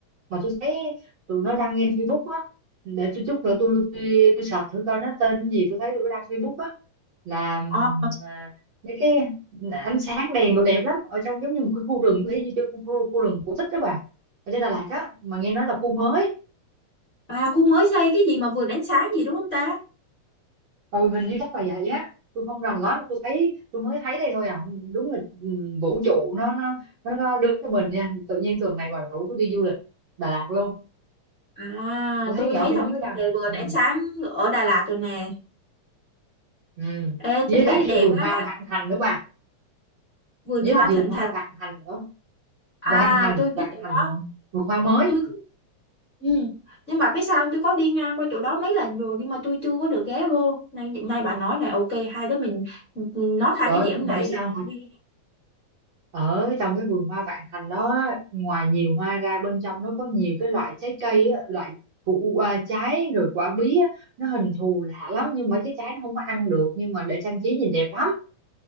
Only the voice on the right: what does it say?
mà tôi thấy tụi nó đăng lên Facebook á để tôi chút nữa tôi tôi, tôi search thử coi nó tên gì tôi thấy tụi nó đăng Facebook á là ừm,
à, mấy cái ánh sáng đèn đồ đẹp lắm ở trong giống như một cái khu rừng y như chỗ khu, khu, khu rừng cổ tích đó bà ở trên Đà Lạt á mà nghe nói là khu mới
ừ hình như chắc là vậy á tôi không rành lắm tôi thấy tôi mới thấy đây thôi à đúng là ừ, vũ trụ nó nó nó, nó đưa cho mình nha tự nhiên tuần này bà rủ tôi đi du lịch Đà Lạt luôn
tôi thấy
nhỏ
khi
nó mới
đăng
ừ.
Ừ.
với
lại
cái vườn
hoa Vạn Thành nữa bà
với
lại vườn
hoa
Vạn Thành nữa
Vạn Thành
Vạn
Thành
vườn hoa mới
trời
ơi, bà
biết
sao không
ở trong cái vườn hoa Vạn Thành đó ngoài nhiều hoa ra bên trong nó có nhiều cái loại trái cây á, loại củ à, trái rồi quả bí á, nó hình thù lạ lắm nhưng mà cái trái nó không có ăn được nhưng mà để trang trí nhìn đẹp lắm